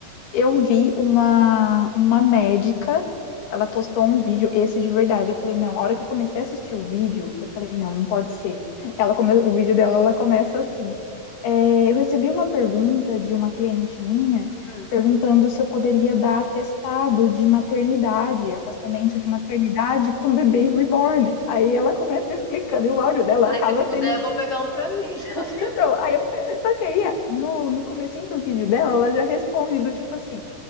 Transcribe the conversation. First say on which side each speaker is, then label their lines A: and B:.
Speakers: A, on the left; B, on the left.
A: eu vi uma, uma médica, ela postou um vídeo, esse de verdade. Eu falei, não, a hora que eu comecei a assistir o vídeo, eu falei, não, não pode ser. Ela come, o vídeo dela, ela começa assim. é, eu recebi uma pergunta de uma cliente minha
B: Hum.
A: perguntando se eu poderia dar atestado de maternidade, afastamento de maternidade para um bebê reborn. Aí ela começa explicando, e o áudio dela
B: Ai,
A: acaba
B: se puder,
A: sendo. assim.
B: eu vou pegar um pra mim. <laughs>
A: Então, aí, só que aí, no, no comecinho do vídeo dela, ela já responde do tipo assim